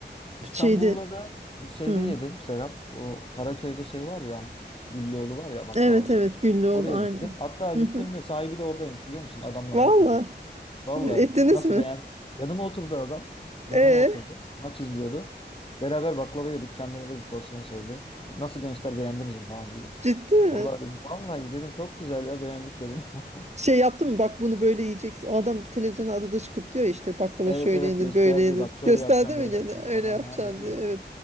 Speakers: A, on the left; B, on the right.
A: İstanbul'da
B: Şeydi.
A: da şeyde
B: Hı.
A: yedim Serap. O Karaköy'de şey var ya Güllüoğlu var ya baklavacı.
B: Evet evet Güllüoğlu
A: Oraya
B: aynen.
A: gittim. Hatta gittim
B: Hı hı.
A: de sahibi de oradaymış biliyor musun? Adamla
B: Valla.
A: muhabbet ettim. Vallahi
B: Ettiniz
A: nasıl
B: mi?
A: beğen. Yanıma oturdu adam. Yanıma
B: E
A: oturdu. Maç izliyordu. Beraber baklava yedik. Kendine de bir porsiyon söyledi. Nasıl gençler beğendiniz mi falan dedi.
B: Ciddi
A: Vallahi
B: mi?
A: dedim. Vallahi dedim çok güzel ya beğendik dedim. <laughs>
B: Şey yaptın mı bak bunu böyle yiyeceksin. O adam televizyona adada çıkıp diyor ya işte baklava
A: Evet
B: şöyle
A: evet
B: yenir
A: gösterdi.
B: böyle yenir.
A: Bak şöyle
B: Gösterdi
A: yapacağım
B: mi
A: böyle
B: gene
A: yapacağım
B: <laughs> öyle
A: falan.
B: yapacaksın
A: Ha dedi.
B: diye. Evet.